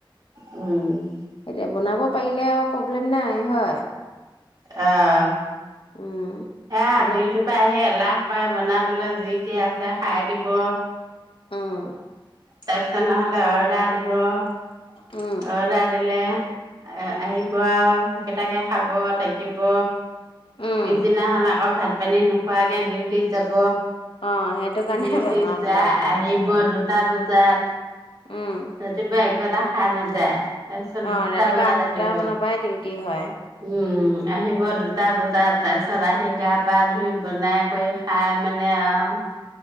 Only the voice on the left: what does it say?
এতিয়া বনাব পাৰিলে আৰু প্ৰব্লেম নাই হয়।
উম,
বনাব
উম
উম,
উম।
অ', সেইটো কাৰণে
বেমাৰ
বিলাক হয়।
উম,
অ',
ৰাতিপুৱা
আঠটা
মানৰ পৰাই ডিউটি হয়।